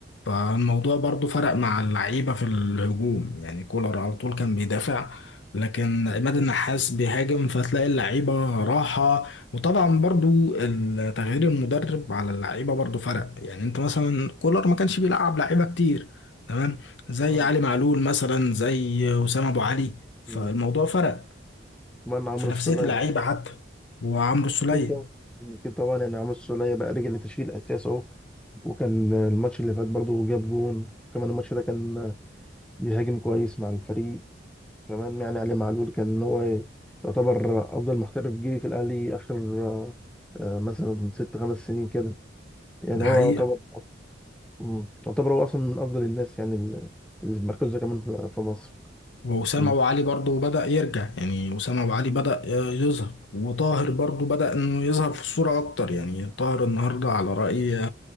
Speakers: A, on the left; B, in the centre.
A: فالموضوع برضو فرق مع اللعيبة في الهجوم يعني كولر على طول كان بيدافع لكن عماد
B: آه.
A: النحاس بيهاجم فتلاقي اللعيبة راحة وطبعا برضو ال- تغيير المدرب على اللعيبة برضو فرق يعني انت مثلا كولر ما كانش بيلعب لعيبة كتير تمام زي
B: مم.
A: علي معلول مثلا زي أسامة أبو علي فالموضوع
B: مم.
A: فرق
B: كمان عمرو
A: في نفسية
B: السولية
A: اللعيبة حتى وعمرو السولية
B: أكيد طبعا أكيد طبعا يعني عمرو السولية بقى رجع لتشكيل أساس أهو وكان الماتش اللي فات برضه جاب جون كمان الماتش ده كان بيهاجم كويس مع الفريق كمان يعني علي معلول كان هو يعتبر أفضل محترف جه في الأهلي آخر آه، آه، مثلا ست خمس سنين كده يعني
A: ده
B: هو
A: حقيقة
B: يعتبر مم. يعتبر هو أصلا من أفضل الناس يعني ال- اللي في مركزه كمان في في مصر
A: وأسامة
B: مم.
A: أبو علي برضه بدأ يرجع يعني أسامة أبو علي
B: مم.
A: بدأ آه، يظهر وطاهر برضه بدأ إنه يظهر في الصورة أكتر يعني طاهر النهاردة على رأي